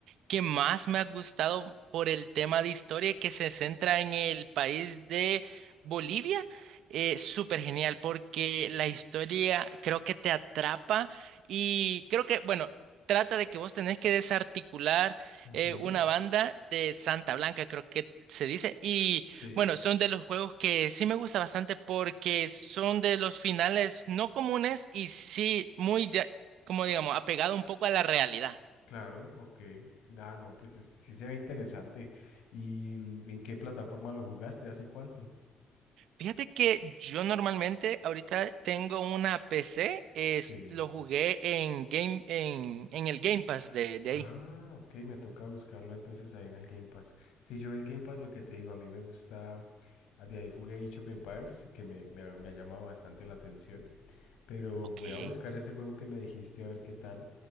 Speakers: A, on the right; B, on the left.
A: que más me ha gustado por el tema de historia que se centra en el país de Bolivia. Eh, súper genial porque la historia creo que te atrapa y creo que, bueno, trata de que vos tenés que desarticular
B: ujú,
A: eh, una banda de Santa Blanca, creo que se dice, y
B: Sí.
A: bueno, son de los juegos que sí me gusta bastante porque son de los finales no comunes y sí muy, ya- como digamos, apegado un poco a la realidad.
B: Claro, ok. Ah, no, pues es- sí se ve interesante. ¿Y mm, en qué plataforma lo jugaste? ¿Hace cuánto?
A: Fíjate que yo normalmente ahorita tengo una PC, es,
B: Sí.
A: lo jugué en Game, en, en el Game Pass de, de
B: Ah,
A: ahí.
B: ok, me toca buscarlo entonces ahí en el Game Pass. Sí, yo el Game Pass lo que te digo, a mí me gusta, ah, de ahí jugué Age of Empires, que me, me ha, me ha llamado bastante la atención, pero
A: Ok.
B: voy a buscar ese juego que me dijiste a ver qué tal.